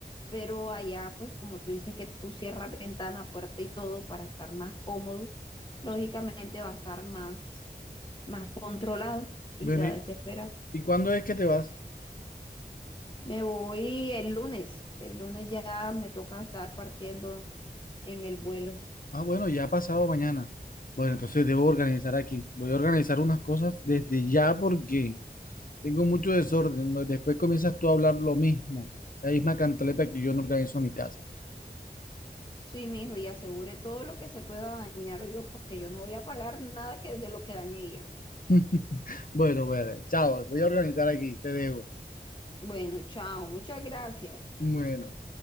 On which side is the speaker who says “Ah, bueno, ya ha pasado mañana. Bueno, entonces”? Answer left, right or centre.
Left